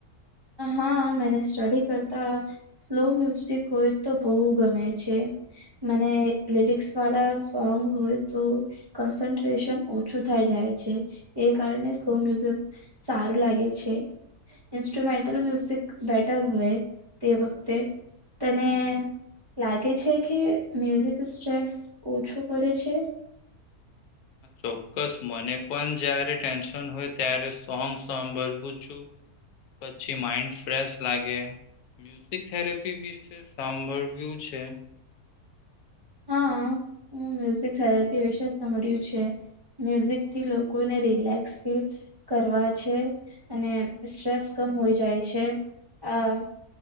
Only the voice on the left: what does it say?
ચોક્કસ. મને પણ જયારે ટેન્શન હોય ત્યારે સોંગ સાંભળવું છું પછી માઇન્ડ ફ્રેશ લાગે. ફઝી થેરાપી છે. સાંભળ્યું છે.